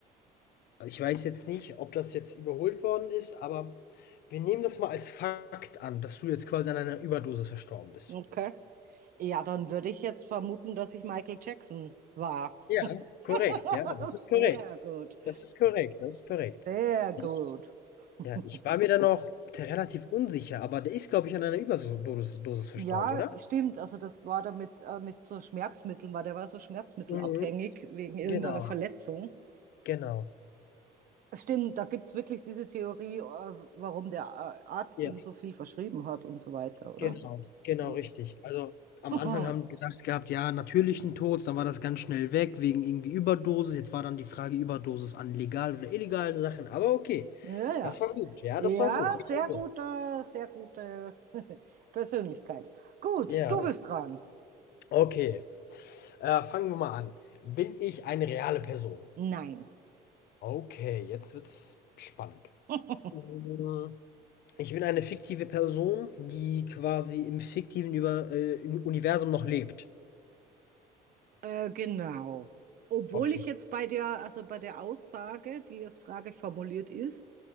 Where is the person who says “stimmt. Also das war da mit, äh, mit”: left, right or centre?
Right